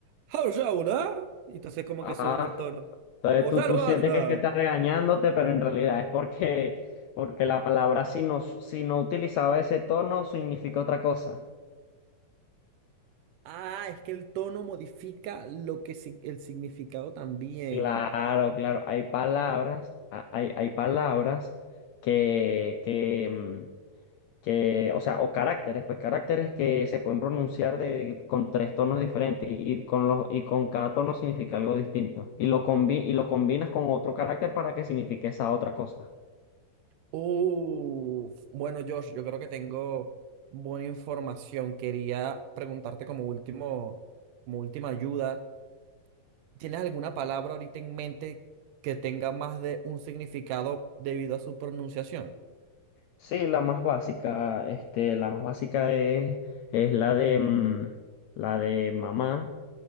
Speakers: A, on the right; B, on the left.
A: "Harusauna", y entonces como
B: Ajá.
A: que suben el tono.
B: Entonces
A: O
B: tú,
A: "Saruharuda".
B: tú sientes que es que está regañándote, pero en realidad es porque, porque la palabra si no, si no utilizaba ese tono significa otra cosa.
A: Ah, es que el tono modifica lo que, si el significado también.
B: Claro, claro. Hay palabras, ha- hay, hay palabras que, que, mm, que, o sea, o caracteres, pues caracteres que se pueden pronunciar de, con tres tonos diferentes y, y con los, y con cada tono significa algo distinto. Y lo combi- y lo combinas con otro carácter para que signifique esa otra cosa.
A: Uf, bueno, Josh, yo creo que tengo buena información. Quería preguntarte como último, como última ayuda, ¿tienes alguna palabra ahorita en mente que tenga más de un significado debido a su pronunciación?
B: Sí, la más básica, este, la más básica es, es la de, mm, la de mamá,